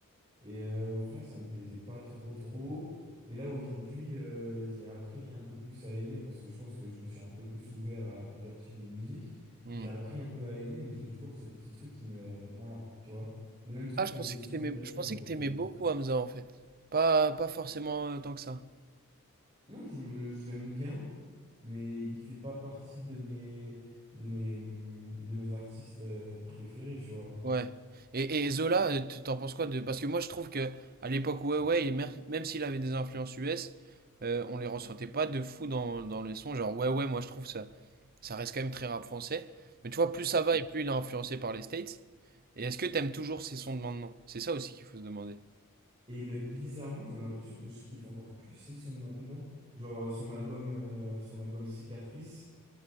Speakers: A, on the right; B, on the right.
A: Et euh, au final, ça me plaisait pas trop trop. Et là, aujourd'hui, euh, j'ai appris un peu plus à aimer parce que je pense que je me suis un peu plus ouvert à plusieurs types de musique.
B: Hmm.
A: J'ai appris un peu à aimer, mais j'ai toujours ce petit truc qui me... Ah, tu vois, le même truc
B: Ah, je
A: que
B: pensais
A: les sons
B: que t'aimais,
A: américains,
B: je pensais
A: en fait,
B: que t'aimais
A: où...
B: beaucoup Hamza en fait. Pas, pas forcément euh, tant que ça.
A: Non, je, j'aime bien, mais il fait pas partie de mes, de mes, mmh, de mes artistes euh, préférés, tu vois.
B: Ouais. Et, et Zola, euh, t- t'en penses quoi de... Parce que moi je trouve que à l'époque, ouais, ouais, et mer- même s'il avait des influences US, euh, on les ressentait pas de fou dans, dans les sons. Genre, ouais, ouais, moi je trouve ça, ça reste quand même très rap français. Mais tu vois, plus ça va et plus il est influencé par les States. Et est-ce que t'aimes toujours ces sons de maintenant? C'est ça aussi qu'il faut se demander.
A: Et ben, bizarrement, j'ai l'impression que je kiffe encore plus ses sons de maintenant. Genre euh, son album, euh, son album Cicatrice,